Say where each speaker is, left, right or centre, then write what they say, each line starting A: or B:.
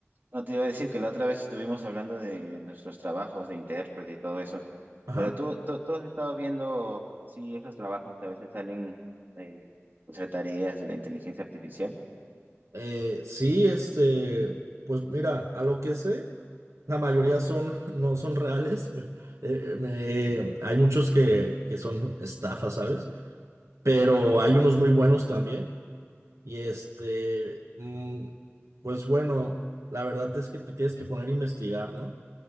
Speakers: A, on the right (about 40°); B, on the right (about 80°).
A: no te iba a decir que la otra vez estuvimos hablando de nuestros trabajos de intérprete y todo eso,
B: Ajá.
A: pero tú, tú, tú has estado viendo, sí, esos trabajos que a veces salen, eh, pues, hacer tareas de la inteligencia artificial.
B: Eh, sí, este, pues mira, a lo que sé, la mayoría son, <laughs> no son reales. <laughs> Eh, me- hay muchos que, que son estafas, ¿sabes? Pero hay unos muy buenos también. Y este, mm, pues bueno, la verdad es que te tienes que poner a investigar, ¿no?